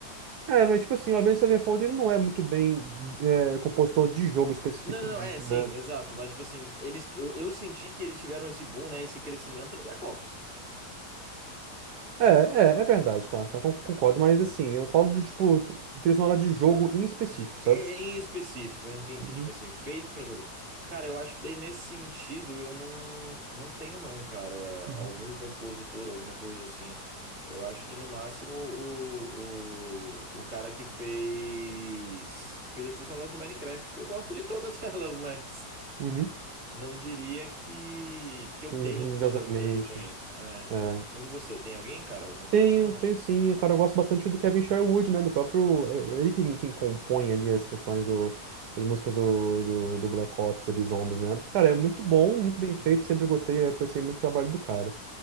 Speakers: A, on the right; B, on the right.
A: É, mas tipo assim, o Avenged Sevenfold ele não é muito bem é, compositor de jogo especificamente,
B: Não, não, não, é, sim,
A: né?
B: exato, mas tipo assim, eles, eu, eu senti que eles tiveram esse boom, né, esse crescimento no Black Ops.
A: É, é, é verdade, tá, tá, con- concordo, mas assim, eu falo de tipo, tr- trilha sonora de jogo em específico,
B: De-
A: sabe?
B: em específico, eu entendi.
A: Uhum,
B: Tipo assim, feito pra jogo. Cara, eu acho que daí nesse sentido eu não, não tenho, não, cara.
A: uhum,
B: Algum compositor, alguma coisa assim. Eu acho que no máximo o, o, o cara que fez. Que fez as trilhas sonoras do Minecraft, porque eu gosto de todas <laughs> elas, mas
A: uhum.
B: não diria que, que eu
A: <laughs> Religiosamente,
B: tenho um compositor que eu conheço. Ah, então.
A: é.
B: Mas e você, tem alguém, cara? Alguma coisa
A: Tenho,
B: assim ou não?
A: tenho sim. Cara, eu gosto bastante do Kevin Sherwood, né? Do próprio. eh, Ele quem, quem compõe ali as questões do, das músicas do, do, do Black Ops, ali, Zombies, né? Cara, é muito
B: Hum,
A: bom, muito bem feito. Sempre gostei, apreciei muito o trabalho do cara.